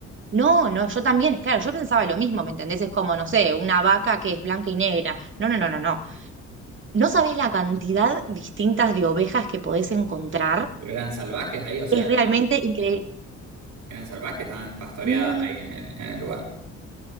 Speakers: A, on the right; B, on the right.
A: No, no, yo también, claro, yo pensaba lo mismo, ¿me entendés? Es como, no sé, una vaca que es blanca y negra. No, no, no, no, no. No sabés la cantidad distintas de ovejas que podés encontrar.
B: pero eran salvajes ahí, o sea,
A: Es
B: estaban-
A: realmente increíble.
B: eran salvajes, estaban pastoreadas
A: Mm,
B: ahí en el, en el lugar.